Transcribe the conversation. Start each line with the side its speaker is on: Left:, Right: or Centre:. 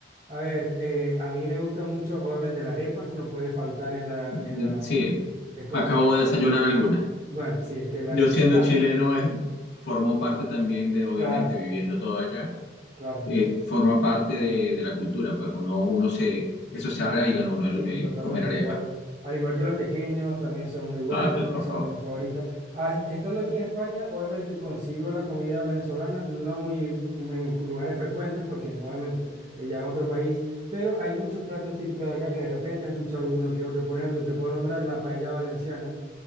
Right: A ver, eh, a mí me gusta mucho, obviamente la arepa no puede faltar en la,
Left: Mm,
Right: en la,
Left: Sí,
Right: es como
Left: acabo
Right: que,
Left: de desayunar alguna.
Right: bueno, sí, es que la
Left: Yo
Right: arepa,
Left: siendo
Right: claro,
Left: chileno, eh, formó parte también de, obviamente,
Right: claro,
Left: viviendo todo allá,
Right: claro, correcto.
Left: eh, forma parte de, de la cultura, pues uno, uno se... Eso se arraiga en uno, el,
Right: Sí,
Left: el
Right: totalmente
Left: comer arepa.
Right: igual. Al igual que los tequeños, también son muy buenos,
Left: Ah, pues, por
Right: son
Left: favor.
Right: una de mis favoritas. Ah, estando aquí en España, obviamente consigo la comida venezolana, no muy muy en lugares frecuentes, porque no, obviamente eh, ya es otro país, pero hay muchos platos típicos de acá que de repente he escuchado alguno que otro. Por ejemplo, te puedo nombrar la paella valenciana,